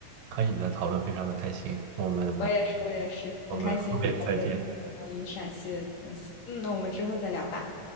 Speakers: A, on the right; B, on the left.
A: 和你的讨论非常的开心，我们
B: 我也是，我也是，
A: 我们后面再见。
B: 很开心了解更多关于陕西的东西。嗯，那我们之后再聊吧。